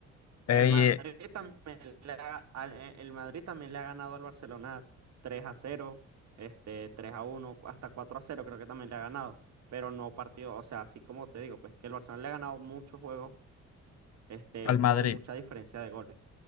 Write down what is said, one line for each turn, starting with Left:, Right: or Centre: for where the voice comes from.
Left: Ey,
Right: El Madrid
Left: eh,
Right: también le ha, al- eh, el Madrid también le ha ganado al Barcelona tres a cero este, tres a uno hasta cuatro a cero creo que también le ha ganado, pero no partido, o sea, así como te digo, pues que el Barcelona le ha ganado muchos juegos, este,
Left: al
Right: por
Left: Madrid.
Right: mucha diferencia de goles.